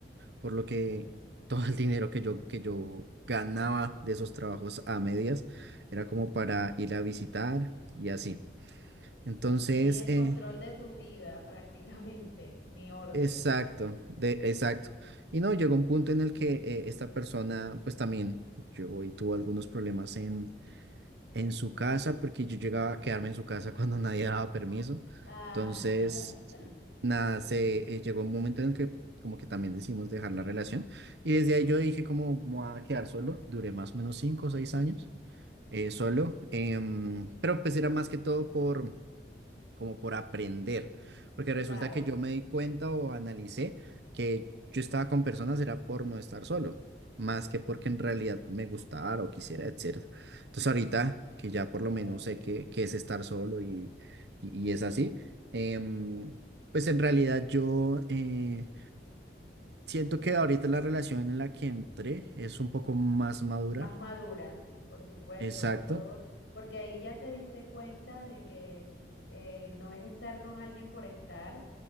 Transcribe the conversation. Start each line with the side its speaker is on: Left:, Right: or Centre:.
Right: por
Left: ok.
Right: lo que <laughs> todo el dinero que yo, que yo ganaba de esos trabajos a medias era como para ir a visitar y así. Entonces,
Left: Y no tenías
Right: eh,
Left: control de tu vida prácticamente, ni orden.
Right: exacto, de, exacto. Y no, llegó un punto en el que eh, esta persona, pues también, yo y tuvo algunos problemas en, en su casa porque yo llegaba a quedarme en su casa <laughs> cuando nadie daba permiso.
Left: Ah,
Right: Entonces,
Left: <laughs>
Right: nada, se eh, llegó un momento en el que como que también decidimos dejar la relación y desde ahí yo dije como "Me voy a quedar solo, duré más o menos cinco o seis años eh, solo, Em, pero pues era más que todo por como por aprender, porque resulta
Left: claro,
Right: que yo me di cuenta o analicé que yo estaba con personas era por no estar solo, más que
Left: mm,
Right: porque en realidad me gustara o quisiera, etcétera. Entonces ahorita que ya por lo
Left: claro.
Right: menos sé qué, qué es estar solo y, y, y es así, em, pues en realidad yo eh, siento que ahorita la relación en la que entré es un poco más madura.
Left: Más madura, por supuesto,
Right: Exacto,
Left: por todo, porque ahí ya te diste cuenta de que eh, no es estar con alguien por estar,